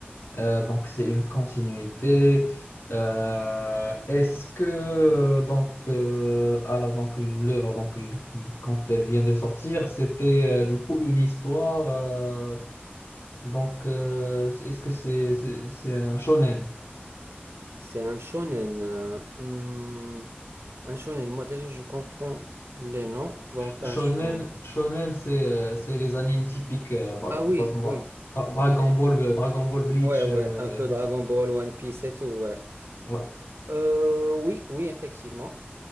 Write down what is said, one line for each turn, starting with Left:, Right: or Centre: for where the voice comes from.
Left: Euh, donc c'est une continuité. Euh, est-ce que donc euh, à la- donc l'œuvre donc le- qui quand elle vient de sortir, c'était euh, du coup une histoire. euh, Donc, euh, est-ce que c'est c'est- c'est un shonen?
Right: C'est un shonen. euh, hmm, un shonen. Moi déjà, je confonds les noms. Donc
Left: Shonen,
Right: un shonen.
Left: shonen, c'est euh, c'est les animes typiques, euh, par-
Right: Ah oui,
Left: par exemple,
Right: oui.
Left: Dra- Dra- Dragon Ball, euh, Dragon Ball Bleach,
Right: Ouais, ouais,
Left: euh,
Right: un peu
Left: tout
Right: Dragon
Left: ça.
Right: Ball, One Piece et tout, ouais.
Left: Ouais.
Right: Euh, oui, oui, effectivement.